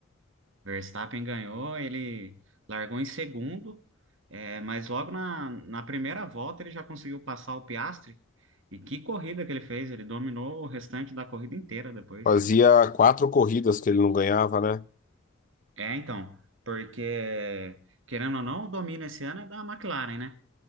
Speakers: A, on the right; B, on the left.
A: Verstappen ganhou, ele largou em segundo, é, mas logo na, na primeira volta ele já conseguiu passar o Piastri. E que corrida que ele fez! Ele dominou o restante da corrida inteira depois.
B: Fazia quatro corridas que ele não ganhava, né?
A: É, então, porque querendo ou não, o domínio esse ano é da McLaren, né?